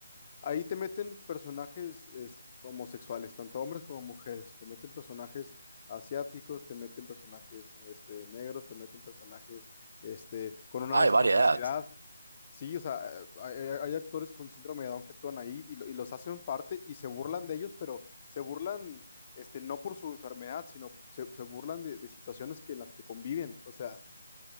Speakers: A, on the left (about 30°); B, on the right (about 65°).
A: ahí te meten personajes es, homosexuales, tanto hombres como mujeres, te meten personajes asiáticos, te meten personajes este, negros, te meten personajes este, con una
B: Ah,
A: discapacidad,
B: hay variedad.
A: Sí, o sea, eh, hay, hay- hay actores con síndrome de Down que actúan ahí y, lo- y los hacen parte y se burlan de ellos, pero se burlan, este, no por su enfermedad, sino se, se burlan de, de situaciones que en las que conviven. O sea,